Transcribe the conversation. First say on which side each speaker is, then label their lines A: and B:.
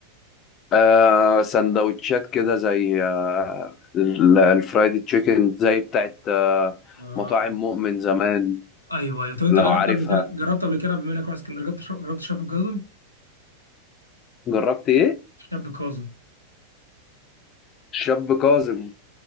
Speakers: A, on the left; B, on the left.
A: آه سندوتشات كده زي آه ال- الفرايدي تشيكن زي بتاعت آه
B: ايه
A: مطاعم مؤمن زمان
B: ايوه ايوه طب انت
A: لو
B: جربت
A: عارفها
B: قبل كده جربت قبل كده بما انك رحت اسكندريه جربت شرب... جربت شاب كاظم
A: جربت ايه؟
B: شاب كاظم
A: شاب كاظم